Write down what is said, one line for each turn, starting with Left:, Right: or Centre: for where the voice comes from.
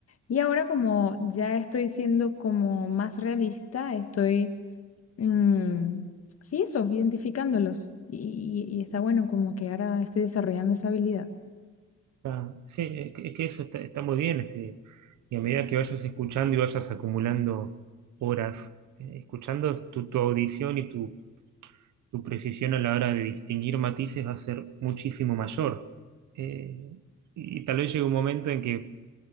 Left: Y ahora como ya estoy siendo como más realista, estoy, mm, sí, eso, identificándolos. Y, y- y está bueno como que ahora estoy desarrollando esa habilidad.
Right: está- sí, es que, es que eso está, está muy bien. Este, y a medida que vayas escuchando y vayas acumulando horas, eh, escuchando tu, tu audición y tu tu precisión a la hora de distinguir matices va a ser muchísimo mayor. Eh, y tal vez llegue un momento en que,